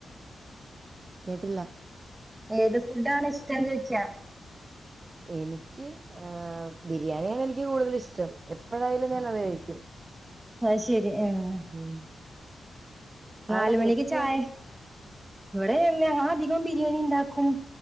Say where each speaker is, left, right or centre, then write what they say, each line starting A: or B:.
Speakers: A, on the right (about 40°); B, on the right (about 20°).
A: കേട്ടില്ല?
B: ഏത് ഫുഡ് ആണ് ഇഷ്ട്ടം ചോദിച്ച
A: എനിക്ക് ഏ ബിരിയാണിയാണ് എനിക്ക് കൂടുതൽ ഇഷ്ടം എപ്പോഴായാലും ഞാനത് കഴിക്കും
B: അത് ശരി ആഹ്
A: ഉം
B: നാലുമണിക്ക്
A: അവിടെ ചേച്ചിക്കോ?
B: ചായ ഇവിടെ എങ്ങ അധികം ബിരിയാണി ഇണ്ടാക്കും